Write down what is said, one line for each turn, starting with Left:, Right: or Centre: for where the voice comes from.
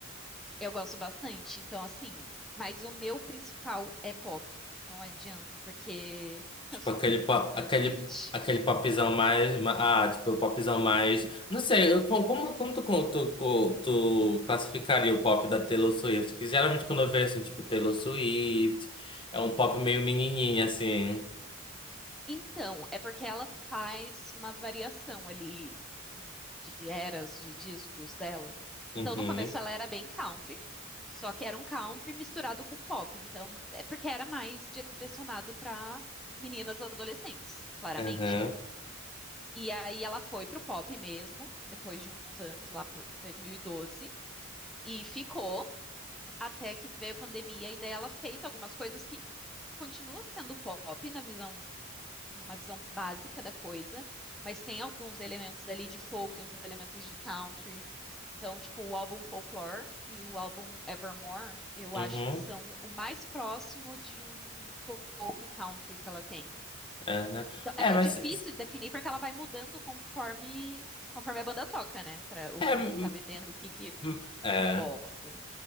Centre: Eu gosto bastante, então assim, mas o meu principal é pop. Não adianta, porque <laughs>
Left: Tipo
Centre: eu sou
Left: aquele
Centre: muito
Left: pop,
Centre: fã da Taylor
Left: aquele,
Centre: Swift.
Left: aquele popzão mais. ma- Ah, tipo o popzão mais. Não sei, eu, co- como, como tu, con- tu, co- tu classificaria o pop da Taylor Swift? Que geralmente quando eu vejo assim, tipo Taylor Swift, é um pop meio menininha, assim.
Centre: Então, é porque ela faz uma variação ali de eras de discos dela. Então,
Left: Uhum,
Centre: no começo ela era bem country, só que era um country misturado com pop. Então, é porque era mais direcionado para meninas adolescentes, claramente,
Left: aham.
Centre: né? E aí ela foi pro pop mesmo, depois de uns anos, lá por 2012, e doze, e ficou até que veio a pandemia e daí ela fez algumas coisas que continua sendo pop na visão numa visão básica da coisa, mas tem alguns elementos ali de folk e uns elementos de country. Então, tipo, o álbum Folklore e o álbum Evermore, eu
Left: Uhum,
Centre: acho que são o mais próximo de um folk country que ela tem.
Left: aham.
Centre: Então,
Left: É,
Centre: é
Left: mas.
Centre: difícil de definir porque ela vai mudando conforme conforme a banda toca, né? Para o
Left: É,
Centre: que
Left: hum,
Centre: que tá vendendo, o que que
Left: hum, é.
Centre: você gosta.